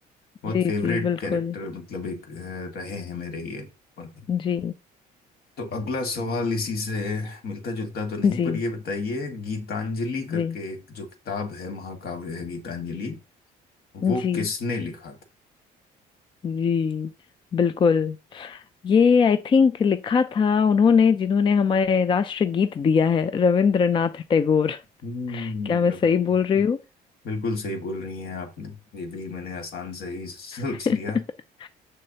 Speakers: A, on the left (about 65°); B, on the left (about 30°).
A: बहुत
B: जी
A: फेवरेट
B: जी बिल्कुल
A: कैरेक्टर मतलब एक अ, रहे हैं मेरे ये और-
B: जी
A: तो अगला सवाल इसी से मिलता जुलता तो नहीं
B: जी
A: पर ये बताइए गीतांजलि करके
B: जी
A: एक जो किताब है महाकाव्य है गीतांजलि वो
B: जी
A: किसने लिखा था
B: जी बिल्कुल ये आई थिंक लिखा था उन्होंने जिन्होंने हमारे राष्ट्रगीत दिया है रविंद्रनाथ टैगोर
A: हम्म,
B: क्या मैं
A: रविंद्र
B: सही बोल रही हूँ
A: बिल्कुल सही बोल रही हैं आपने ये भी मैंने आसान से ही सोच
B: <laughs>
A: लिया